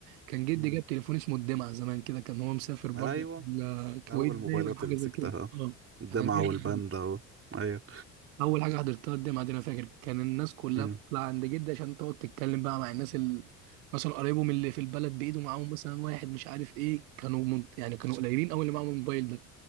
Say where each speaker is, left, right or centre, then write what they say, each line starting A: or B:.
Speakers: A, on the right; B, on the right.
A: كان جدي
B: مم.
A: جاب تليفون اسمه الدمعه زمان كده كان هو مسافر برضه
B: ايوه
A: الكويت
B: اول موبايلات
A: باين او حاجه
B: اللي مسكتها
A: زي كده اه
B: الدمعة
A: كان جايب
B: والباندا
A: الدمعه
B: و... ايوه
A: اول حاجه حضرتها الدمعه دي انا فاكر كان الناس كلها
B: امم
A: بتطلع عند جدي عشان تقعد تتكلم بقى مع الناس اللي مثلا قرايبهم اللي في البلد بايده معاهم مثلا واحد مش عارف ايه كانوا من... يعني كانوا قليلين قوي اللي معاهم الموبايل ده